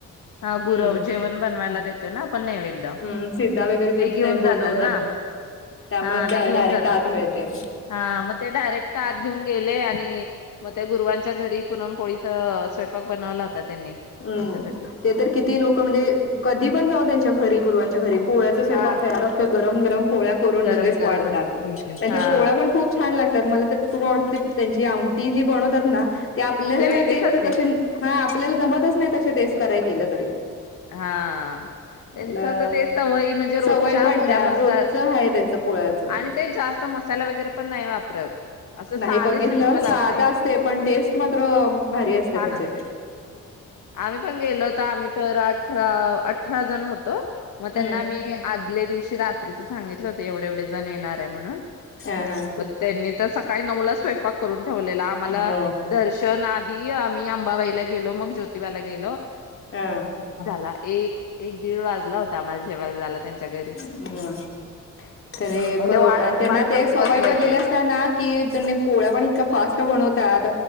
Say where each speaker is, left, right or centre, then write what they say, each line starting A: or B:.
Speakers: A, on the left; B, on the left.
A: ह
B: हम्म
A: गुरव जेवण बनवायला देतोय ना आपण नैवेद्य
B: हम्म सिद्धा वगैरे
A: ते घेऊन
B: बनवतात
A: जातात ना
B: त्यामुळे
A: हा ते घेऊन
B: डायरेक्ट
A: जातात
B: आत मिळते
A: हा मग ते डायरेक्ट आत घेऊन गेले आणि मग त्या गुरुवांच्या घरी पुरणपोळीचा स्वयंपाक बनवला होता त्यांनी
B: हम्म
A: आमच्यासाठी
B: ते तर किती लोक म्हणजे कधी पण जावा त्यांच्या घरी गुरुवाच्या घरी पोळ्याचा स्वयंपाक
A: हा
B: करायला लागतंय गरम गरम पोळ्या करून
A: गरम
B: लगेच
A: गरम
B: वाढतात. त्यांच्या
A: हा
B: पोळ्या पण खूप छान लाग त्यात मला तर खूप आवडते त्यांची आमटी जी बनवतात ना ते आपल्याला
A: वेगळीच
B: टेस्ट
A: असते
B: तशी हा आपल्याला जमत नाही तशी टेस्ट कराय गेलं तरी
A: हा आ
B: मला
A: त्यांच तर ते सवय म्हणजे रोजच्या
B: सवय पडल्या
A: ह्याच्यानुसार
B: रोजचं आहे त्यांचं पोळ्याचं
A: आणि तेच जास्त मसाला वगैरे पण नाही वापरत. असं
B: नाही
A: साधे
B: बघितलं
A: सिमपल असतंय,
B: साधं असते पण टेस्ट मात्र भारी असते
A: छान
B: त्यांचे
A: असतंय. आम्ही पण गेलो होतो. आम्ही तर आठ त्या अ अठरा जण होतो. मग त्यांना
B: हम्म
A: आम्ही आदल्या दिवशी रात्रीच सांगितलं होते एवढे एवढे जण येण ये <unintelligible> म्हणून.
B: हा हा
A: पण त्यांनी त सकाळी नऊलाच स्वयंपाक करून. ठेवलेला आम्हाला
B: म
A: दर्शन आधी आम्ही आम अंबाबाईला गेलो, मग ज्योतिबाला गेलो.
B: हा
A: ला एक एक दीड वाजला होता आम्हाला जेवायला जायला त्यांच्या घरी.
B: ह तर एक
A: ते वाट
B: त्यांना
A: वाट
B: ते
A: बघत
B: सवय
A: बसले
B: पडलेली
A: होते.
B: असतना कि त्यांनी पोळ्या पण इतका फास्ट बनवतात